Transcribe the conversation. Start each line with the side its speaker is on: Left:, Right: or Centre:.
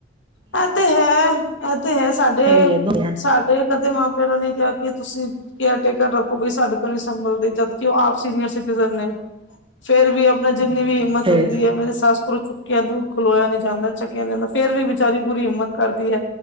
Left: ਐ ਤੇ ਹੈ ਐ ਤੇ ਹੈ, ਸਾਡੇ
Right: ਵੀ ਹੈ ਦੋਵੇਂ ਹੈ।
Left: ਸਾਡੇ ਕਦੇ ਮਾਂ ਫਿਰ ਉਹ ਨੇ ਕਿਆ ਕਿ ਤੁਸੀਂ ਕੇਅਰ ਟੇਕਰ ਰੱਖੋ ਬਈ ਸਾਡੇ ਤੋਂ ਨੀ ਸੰਭਲਦੇ, ਜਦਕਿ ਉਹ ਆਪ ਸੀਨੀਅਰ ਸਿਟੀਜਨ ਨੇ, ਫਿਰ ਵੀ ਮੇਰੇ ਕੋਲ
Right: ਹਾਂ
Left: ਜਿੰਨੀ ਵੀ ਹਿੰਮਤ
Right: ਫੇਰ
Left: ਹੁੰਦੀ ਐ, ਮੇਰੀ ਸੱਸ ਕੋਲ ਚੁੱਕਿਆ ਖਲੋਇਆ ਨੀ ਜਾਂਦਾ, ਚੱਕਿਆ ਨੀ ਜਾਂਦਾ ਫਿਰ ਵੀ ਵਿਚਾਰੀ ਪੂਰੀ ਹਿੰਮਤ ਕਰਦੀ ਐ,